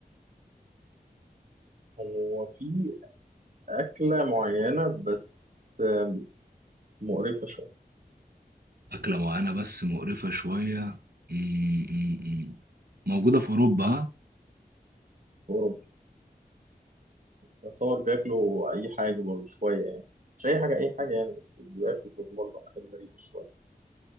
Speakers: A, on the right; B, on the right.
A: هو في أكلة معينة بس آه، مقرفة شوية
B: أكلة معينة بس مقرفة شوية مم، مم، مم. موجودة في أوروبا ها؟
A: في أوروبا يعتبر بياكلوا أي حاجة برضه شوية يعني مش أي حاجة أي حاجة يعني بس بياكلوا برضه حاجات غريبة شوية